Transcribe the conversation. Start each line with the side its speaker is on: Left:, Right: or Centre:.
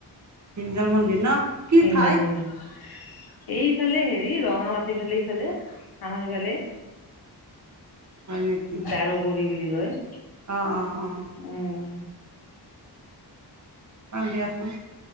Right: হিঞ্জল মন্দিৰ ন কি
Left: হিন্দাল
Right: ঠাইত
Left: মডিৰ এইফালে হেৰি ৰং মঙ মাটি ফালে ইফালে আমাৰ ইফালে
Right: হয় নেকি
Left: দাৰো কৰি বুলি কয়
Right: অ অ অ
Left: উম
Right: পাম দিয়া চোন